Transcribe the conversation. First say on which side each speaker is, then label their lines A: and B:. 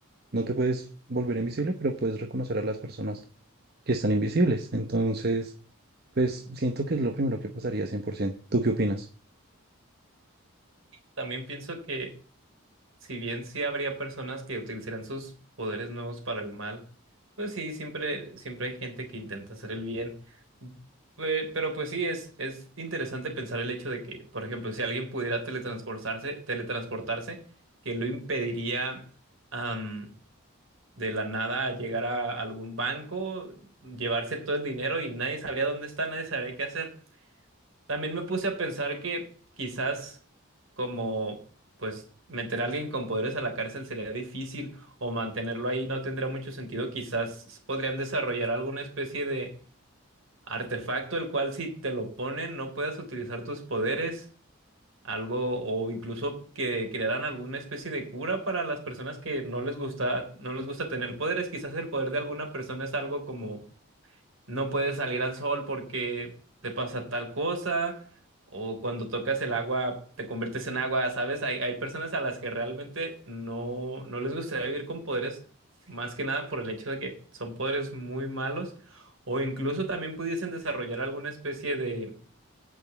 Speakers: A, on the right; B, on the right.
A: no te puedes volver invisible, pero puedes reconocer a las personas que están invisibles, entonces... Pues siento que es lo primero que pasaría 100%. ¿Tú qué opinas?
B: También pienso que si bien sí habría personas que utilizarían sus poderes nuevos para el mal, pues sí, siempre, siempre hay gente que intenta hacer el bien. Pe- Pero pues sí, es, es interesante pensar el hecho de que, por ejemplo, si alguien pudiera teletransportarse, teletransportarse, que lo impediría am, de la nada llegar a algún banco, llevarse todo el dinero y nadie sabría dónde está, nadie sabría qué hacer. También me puse a pensar que quizás como pues meter a alguien con poderes a la cárcel sería difícil o mantenerlo ahí no tendría mucho sentido. Quizás podrían desarrollar alguna especie de artefacto el cual si te lo ponen no puedas utilizar tus poderes, algo o incluso que crearan alguna especie de cura para las personas que no les gusta no les gusta tener poderes. Quizás el poder de alguna persona es algo como no puedes salir al sol porque te pasa tal cosa, o cuando tocas el agua te conviertes en agua, ¿sabes? Hay, hay personas a las que realmente no, no les gustaría vivir con poderes, más que nada por el hecho de que son poderes muy malos, o incluso también pudiesen desarrollar alguna especie de,